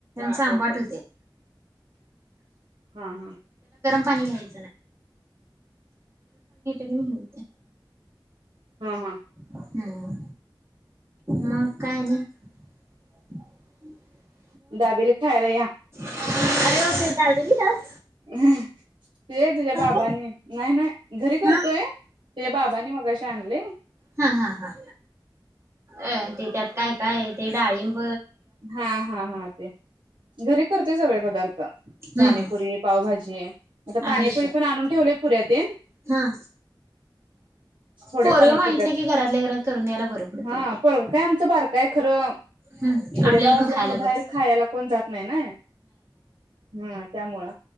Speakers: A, on the right; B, on the right.
A: चांबट <inaudible>
B: हंहं
A: <unintelligible> गरम पानी येत की नाही?
B: हा हा
A: हम्म मग काय आनी <inaudible>
B: दाबेली खायला या.
A: अरे बापरे दाबेली आज
B: अं ए तुझ्या बाबांनी
A: का
B: नाही नाही घरी करतोय
A: हा
B: तुझ्या बाबांनी मघाशी <unintelligible>
A: हं हं हं अय तेच्यात काय काय है हे डाळींब
B: हां हां ते घरी करते सगळे पदार्थ
A: हम्म
B: पानीपुरी पावभाजी आता
A: आहेशा
B: पानीपुरी पन आनून ठेवलीत पुऱ्या तिन
A: हा
B: थोड्या
A: पोरगं
B: कमी
A: मागितलं
B: पडत्यात
A: की घरातल्या घरात करून द्यायला बरं पडतं
B: हं
A: इथे
B: पोरगं काय आमचं बारक हाय खरं
A: हम्म
B: खेडेगावातल्यामुळं
A: आपल्याला पण खायला बरंच
B: बाहेर खायला कोण जात नाही ना हं त्यामुळं